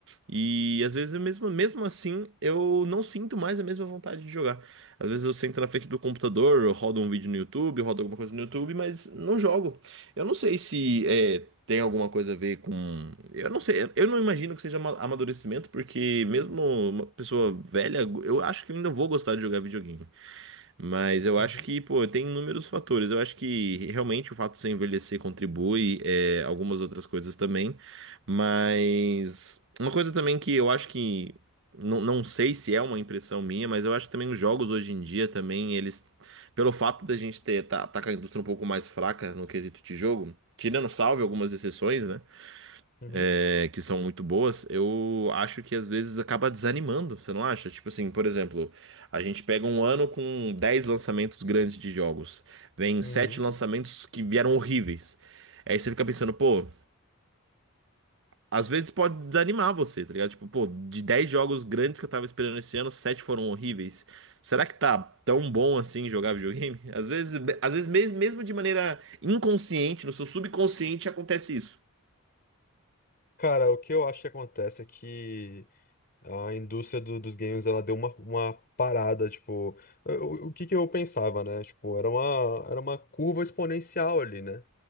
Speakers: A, on the right (about 60°); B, on the left (about 45°).
A: E às vezes, eu mesmo, mesmo assim, eu não sinto mais a mesma vontade de jogar. Às vezes eu sento na frente do computador, eu rodo um vídeo no YouTube, eu rodo alguma coisa no YouTube, mas não jogo. Eu não sei se é, tem alguma coisa a ver com. Eu não sei, eu não imagino que seja ama- amadurecimento, porque mesmo uma pessoa velha, eu acho que eu ainda vou gostar de jogar videogame. Mas eu acho
B: uhum.
A: que, pô, tem inúmeros fatores. Eu acho que realmente o fato de você envelhecer contribui, é, algumas outras coisas também. Mas uma coisa também que eu acho que. Não, não sei se é uma impressão minha, mas eu acho que também os jogos hoje em dia também, eles. Pelo fato da gente ter, tá, tá com a indústria um pouco mais fraca no quesito de jogo, tirando salve algumas exceções, né?
B: Uhum,
A: é, que são muito boas, eu acho que às vezes acaba desanimando, você não acha? Tipo assim, por exemplo, a gente pega um ano com 10 lançamentos grandes de jogos, vem
B: uhum.
A: 7 lançamentos que vieram horríveis. Aí você fica pensando, pô, às vezes pode desanimar você, tá ligado? Tipo, pô, de 10 jogos grandes que eu tava esperando esse ano, 7 foram horríveis. Será que tá tão bom assim jogar videogame? <laughs> Às vezes, às vezes mes- mesmo de maneira inconsciente, no seu subconsciente acontece isso.
B: Cara, o que eu acho que acontece é que a indústria do- dos games, ela deu uma, uma parada, tipo, o, o que que eu pensava, né? Tipo, era uma, era uma curva exponencial ali, né?